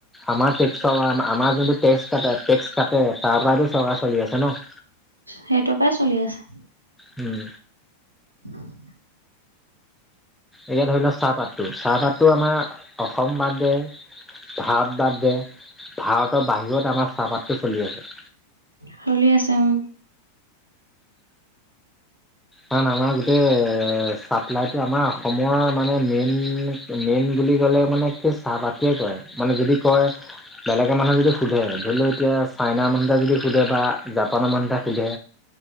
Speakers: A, in the centre; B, on the right (about 85°).
A: আমাৰ টেক্সৰ আমাৰ যোনটো টেক্স কাটে তাৰ পৰাইতো চৰকাৰ চলি আছে ন'।
B: সেইটোৰ পৰাই চলি আছে।
A: উম।
B: <inaudible>
A: এতিয়া ধৰি লও চাহপাটো, চাহপাতটো আমাৰ অসম বাদে ভাৰত বাদ দে, ভাৰতৰ বাহিৰত আমাৰ চাহপাতটো চলি আছে।
B: চলি আছে উম।
A: কাৰণ আমাৰ গোটেই চাপ্লাইটো আমাৰ অসমৰ মানে মেইন মেইন বুলি ক'লে মানে সেই চাহপাতটোৱে কয়, মানে যদি কয় বেলেগে মানুহে যদি সুধে ধৰি লও এতিয়া চাইনা মানুহ যদি সোধে বা জাপানৰ মানুহে সোধে